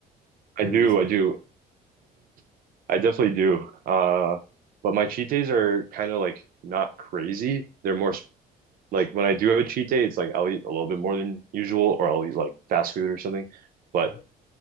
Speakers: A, on the left; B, on the right.
A: or
B: I do.
A: you're just
B: I do. <clears throat> <laughs> I definitely do. Uh, but my cheat days are kind of like not crazy. They're more like when I do have a cheat day, it's like I'll eat a little bit more than usual, or I'll eat like fast food or something. But
A: over there?